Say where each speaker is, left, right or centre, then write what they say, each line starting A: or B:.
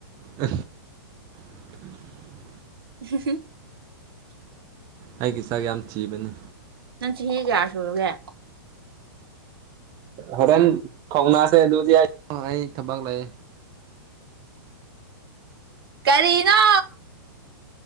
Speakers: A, on the right (about 35°); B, on the right (about 80°).
A: ꯑ <unintelligible>
B: ꯍ
A: ꯑꯩꯒꯤ ꯆꯥꯛ ꯌꯥꯝ ꯊꯤꯕꯅꯤ
B: ꯅꯟꯁꯤ ꯍꯤꯒꯌꯥꯁꯨꯨꯔꯒꯦ
A: ꯍꯣꯔꯦꯟ ꯈꯧꯅꯥꯁꯦ ꯑꯗꯨꯗꯤ ꯑꯩ ꯊꯕꯛ ꯂꯩꯦ
B: ꯀꯔꯤꯅꯥ